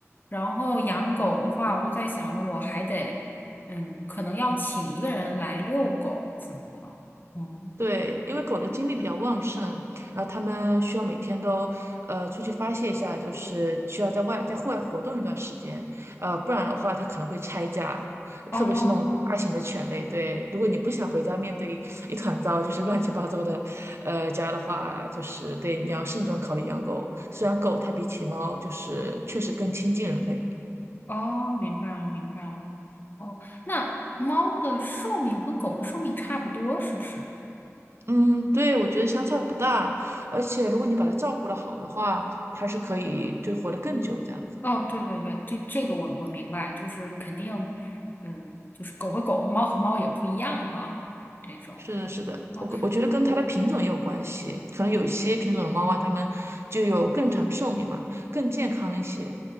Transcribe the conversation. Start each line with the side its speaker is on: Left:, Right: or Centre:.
Left: 然后养狗的话，我就在想呢，我还得嗯，可能要请一个人来遛狗什么的。嗯，
Right: 对，因为狗的精力比较旺盛，然后它们需要每天都呃出去发泄一下，就是需要在外在户外活动一段时间，呃，不然的话它可能会拆家，特别是那种大型的犬类。
Left: 哦。
Right: 对，如果你不想回家面对一团糟，就是乱七八糟的呃家的话，就是对你要慎重考虑养狗。虽然狗它比起猫就是确实更亲近人类。
Left: 哦，明白了，明白了。哦，那猫的寿命和狗的寿命差不多，是不是？
Right: 嗯，对，我觉得相差不大，而且如果你把它照顾得好的话，它是可以就活得更久这样子。
Left: 哦，对对对，这这个我我明白，就是肯定，嗯、就是狗和狗和猫和猫也不一样哈，这种。
Right: 是的，是的，
Left: 哦，
Right: 我我觉得跟它的品种也有关系，可能有一些品种的猫啊，它们就有更长的寿命嘛，更健康一些。